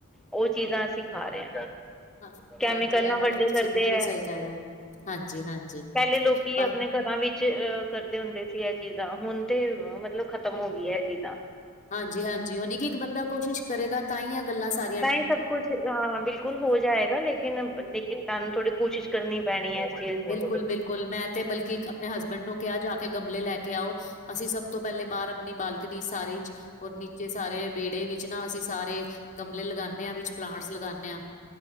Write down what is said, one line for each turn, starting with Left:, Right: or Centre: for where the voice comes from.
Centre: ਉਹ ਚੀਜ਼ਾਂ ਅਸੀਂ ਖਾ ਰਹੇ ਹਾਂ,
Left: ਹਾਂ,
Centre: ਕੈਮੀਕਲ
Left: ਹਾਂਜੀ ਇਹ
Centre: ਨਾ
Left: ਗੱਲ
Centre: ਵੱਡੇ
Left: ਤਾਂ ਤੁਸੀਂ
Centre: ਕਰਦੇ
Left: ਬਿਲਕੁਲ
Centre: ਹੈ
Left: ਸਹੀ ਕਹਿ ਰਹੇ ਹੋ ਹਾਂਜੀ ਹਾਂਜੀ
Centre: ਪਹਿਲੇ ਲੋਕੀ,
Left: ਬਸ
Centre: ਆਪਣੇ ਘਰਾਂ ਵਿੱਚ ਅਹ ਕਰਦੇ ਹੁੰਦੇ ਸੀ ਇਹ ਚੀਜ਼ਾਂ ਹੁਣ ਤੇ ਮਤਲਬ ਖਤਮ ਹੋ ਗਈਆਂ ਇਹ ਚੀਜ਼ਾਂ,
Left: ਹਾਂਜੀ ਹਾਂਜੀ ਹੁਣ ਕਿ ਇੱਕ ਬੰਦਾ ਕੋਸ਼ਿਸ਼ ਕਰੇਗਾ ਤਾਂ ਹੀ ਇਹ ਗੱਲਾਂ ਸਾਰੀ
Centre: ਤਾਂ ਹੀ ਸਭ ਕੁਛ ਹਾਂ ਬਿਲਕੁਲ ਹੋ ਜਾਏਗਾ ਲੇਕ ਲ ਲੇਕਿ ਤੁਹਾਨੂੰ ਥੋੜੀ ਕੋਸ਼ਿਸ਼ ਕਰਨੀ ਪੈਣੀ ਹੈ। ਚੀਜ਼ ਦੀ
Left: ਬਿਲਕੁਲ ਬਿਲਕੁਲ ਮੈਂ ਤੇ ਬਲਕਿ ਆਪਣੇ ਹਸਬੈਂਡ ਨੂੰ ਕਿਹਾ ਜਾ ਕੇ ਗਮਲੇ ਲੈ ਕੇ ਆਓ। ਅਸੀਂ ਸਭ ਤੋਂ ਪਹਿਲੇ ਬਾਹਰ ਆਪਣੀ ਬਾਲਕਨੀ ਸਾਰੇ, ਰ ਨੀਚੇ ਸਾਰੇ ਵਿਹੜੇ ਵਿੱਚ ਨਾ ਅਸੀਂ ਸਾਰੇ ਗਮਲੇ ਲਗਾਦੇ। ਵਿੱਚ ਪਲਾਂਟਸ ਲਗਾਉਂਦੇ ਹਾਂ